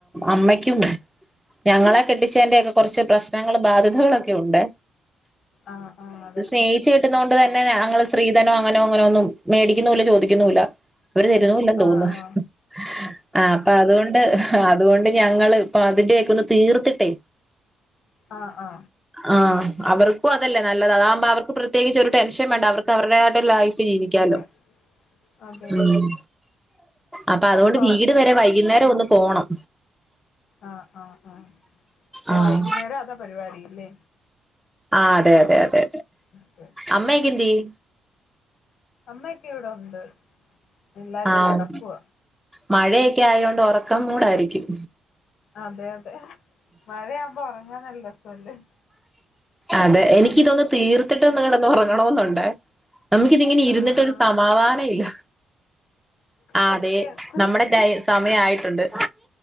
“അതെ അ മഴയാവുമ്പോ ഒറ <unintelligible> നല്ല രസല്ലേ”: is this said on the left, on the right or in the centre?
Left